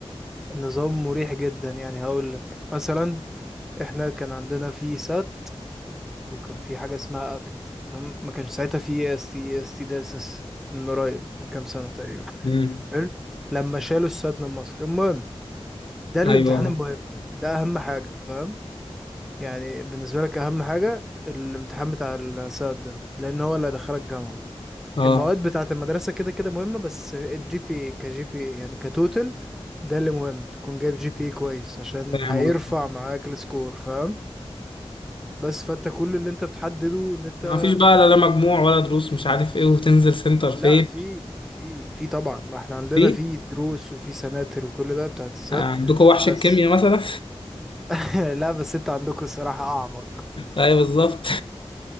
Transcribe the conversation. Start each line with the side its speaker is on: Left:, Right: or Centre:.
Centre: النظام مريح جدا يعني هقول لك مثلا احنا كان عندنا في سات وكان في حاجة اسمها اكت تمام ما كانش ساعتها في اس تي اس تي ده لسه من قريب من كام سنة تقريبا
Left: امم
Centre: حلو لما شالوا السات من مصر المهم ده الامتحان
Left: ايوه
Centre: المهم ده اهم حاجة فاهم يعني بالنسبة لك اهم حاجة الامتحان بتاع الساد ده لان هو اللي هيدخلك جامعة
Left: اه
Centre: المواد بتاعة المدرسة كده كده مهمة بس الجي بي اي كجي بي اي يعني كتوتل ده اللي مهم تكون جايب جي بي اي كويس عشان
Left: فاهم
Centre: هيرفع
Left: قصدك.
Centre: معاك السكور فاهم بس فانت كل اللي انت بتحدده ان انت
Left: ما فيش بقى لا لا مجموع ولا دروس مش عارف ايه وتنزل سنتر فين
Centre: لا في في في طبعا ما احنا عندنا
Left: في
Centre: في دروس وفي سناتر وكل ده بتاعة السات
Left: آه، عندكم وحش
Centre: بس
Left: الكيمياء مثلا
Centre: <laughs> لا بس انت عندكم الصراحة اعمق
Left: <laughs> ايوه بالظبط